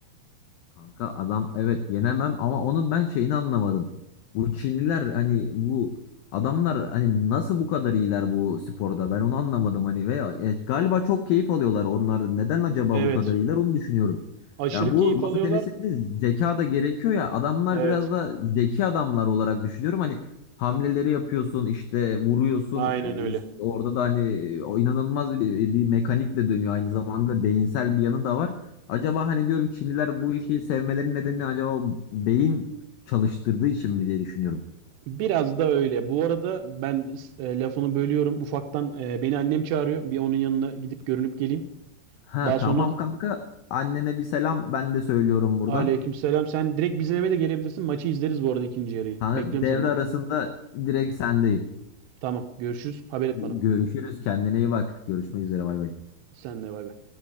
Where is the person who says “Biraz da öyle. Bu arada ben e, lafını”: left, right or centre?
Right